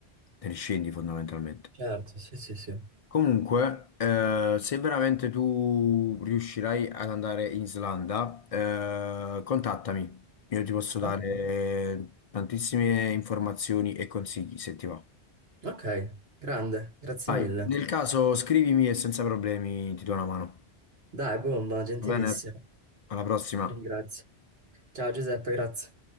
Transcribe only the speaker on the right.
Certo, sì, sì, sì.
Ok,
ok, grande, grazie
mille.
Dai, bomba, gentilissimo.
Ringrazio. Ciao Giuseppe, grazie.